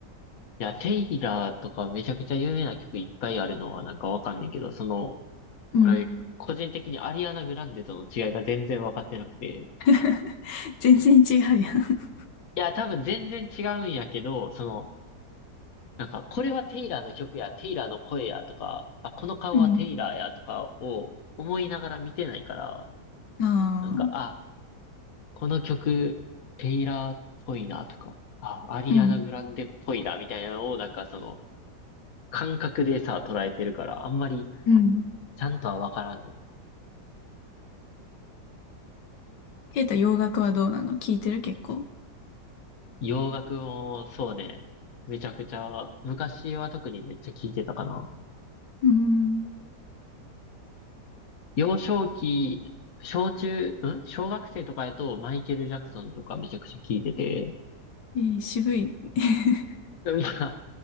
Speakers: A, on the left; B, on the left.
A: いや、テイラーとかめちゃくちゃ有名な曲いっぱいあるのはなんかわかんないけど、その
B: うん。
A: 俺、個人的にアリアナ・グランデとの違いが全然分かってなくて。
B: <laughs> 全然違うやん。
A: いや、多分全然違うんやけど、その、なんか、これはテイラーの曲や、テイラーの声やとか、あ、この顔はテイラーやとかを思いながら見てないから、
B: うん。ああ。
A: なんか、あ、この曲、テイラーっぽいなとか、あ、アリアナ・
B: うん。
A: グランデっぽいなみたいなのを、なんかその、感覚でさ、捉えてるから、あんまり、
B: うん。
A: ちゃんとは分からんね。
B: ケイタ洋楽はどうなの聞いてる結構。
A: 洋楽も、そうね、めちゃくちゃ、昔は特にめっちゃ聴いてたかな。
B: うん。
A: 幼少期、小中、ん小学生とかやとマイケル・ジャクソンとかめちゃくちゃ聞いてて、
B: いい、渋い。<laughs>
A: まあ、